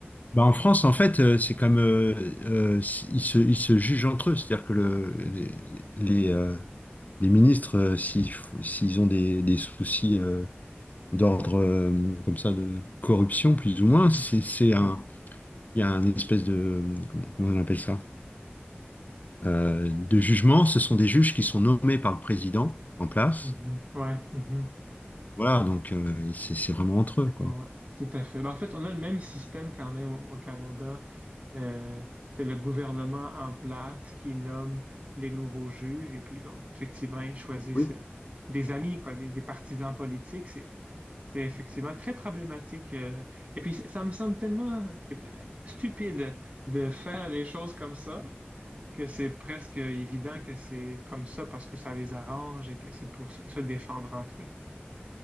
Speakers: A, on the left; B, on the right.
A: Bah, en France, en fait, euh, c'est comme euh, euh, ils se, ils se jugent entre eux. C'est-à-dire que le- les, les, euh, les ministres, euh, s'ils f- s'ils ont des, des soucis euh, d'ordre euh, comme ça, de corruption, plus ou moins, c'est
B: Mhm,
A: c'est un, il y a un espèce de, comment comment on appelle ça? euh, de jugement. Ce sont des juges qui sont nommés par le président en place.
B: mhm. Ouais, mhm.
A: Voilà, donc euh, c'est c'est vraiment entre eux, quoi.
B: Ouais, ouais, tout à fait. Ben, en fait, on a le même système quand même au au Canada. Euh, c'est le gouvernement en place qui nomme les nouveaux juges et puis donc effectivement ils choisissent
A: Oui.
B: euh, des amis, quoi, des, des partisans politiques. C'est c'est effectivement très problématique. euh. et puis ça me semble tellement euh, stupide de faire les choses comme ça que c'est presque évident que c'est comme ça parce que ça les arrange et que c'est pour se, se défendre entre eux.